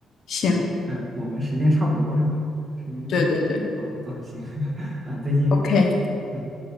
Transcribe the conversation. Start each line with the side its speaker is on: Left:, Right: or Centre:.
Left: 行。
Right: 哎，我们时间差不多是吧？时间啊啊行
Left: 对对对
Right: <laughs> 啊，再见。
Left: ，OK。
Right: 嗯